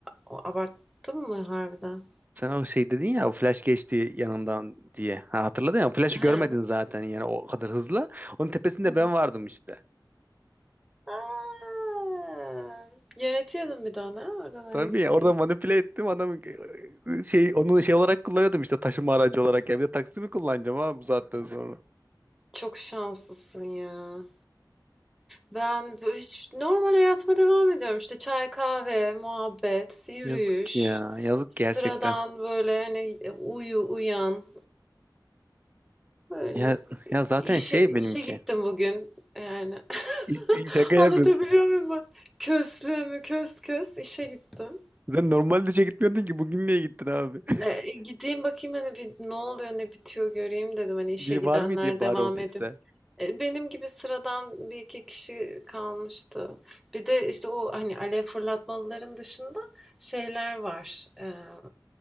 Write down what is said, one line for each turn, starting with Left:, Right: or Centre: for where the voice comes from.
Centre: a- abarttın mı harbiden?
Right: sen o şey dedin ya o flash geçti yanından diye. Ha, hatırladın ya o flash'ı
Centre: He.
Right: görmedin zaten yani o kadar hızlı. Onun tepesinde
Centre: Hı.
Right: ben vardım işte.
Centre: Aa, yönetiyordun bir de onu ha, oradan oraya
Right: Tabii
Centre: gitti.
Right: ya orada manipüle ettim adam e, şey onu şey olarak kullanıyordum işte taşıma aracı olarak ya bir de taksi mi kullanacağım abi bu saatten sonra.
Centre: Çok şanslısın ya. Ben bu- hiç normal hayatıma devam ediyorum. İşte çay, kahve, muhabbet, yürüyüş.
Right: Yazık ya yazık
Centre: Sıradan
Right: gerçekten.
Centre: böyle hani e, uyu, uyan. Böyle.
Right: Ya, ya zaten
Centre: İşe,
Right: şey
Centre: işe
Right: benimki.
Centre: gittim bugün. Yani <laughs>
Right: İ- Şaka
Centre: anlatabiliyor
Right: yapıyorsun.
Centre: muyum? ben? Köslüğümü kös kös işe gittim.
Right: Sen normalde işe gitmiyordun ki bugün niye gittin abi? <laughs>
Centre: E, gideyim bakayım hani bir ne oluyor ne bitiyor göreyim dedim. Hani işe
Right: Biri
Centre: gidenler
Right: var mıydı ya bari
Centre: devam
Right: ofiste?
Centre: ediyor. Eee, benim gibi sıradan bir iki kişi kalmıştı. Bir de, işte, o, hani, alev fırlatmalıların dışında şeyler var. Emm,